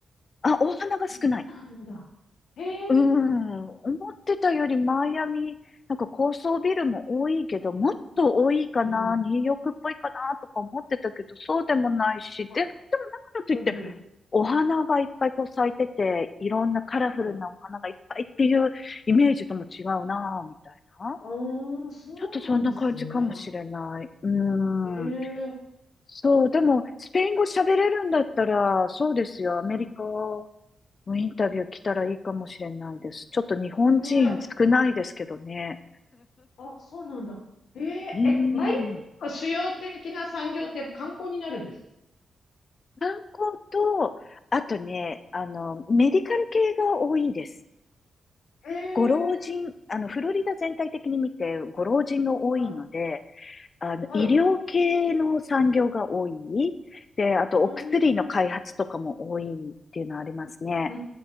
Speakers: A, on the left; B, on the left.
A: あ、お花が少ない。
B: そうなんだ。へえ。
A: うん、思ってたよりマイアミ、なんか高層ビルも多いけど、もっと多いかな、
B: うんうん。
A: ニューヨークっぽいかなとか思ってたけど、そうでもないし、
B: はい。
A: で、でもだからといって、
B: うんうん。
A: お花がいっぱいこう咲いてて、いろんなカラフルなお花がいっぱいっていうイメージとも違うな、
B: はい。
A: みたいな。
B: ああ、そうなんですね。
A: ちょっとそんな感じかもしれない。う
B: へえ。
A: ん。そう、でも、スペイン語喋れるんだったら、そうですよ、アメリカ
B: はい。
A: もうインタビュー来たらいいかもしれないです。ちょっと日本人少ないですけどね。
B: へえ。あ、そうなんだ。えええ、
A: うーん。
B: マイアミの主要的な産業ってやっぱ観光になるんです
A: 観光と、あとね、あの、メディカル系が多いです。
B: かええ
A: ご老人、
B: ー
A: あの、フロリダ全体的に見て、ご老人が多いので、
B: はい、
A: あの、
B: はい。
A: 医療系の産業が多い。で、あと、お薬の開発とかも多いっていうのはありますね。
B: うーん、うー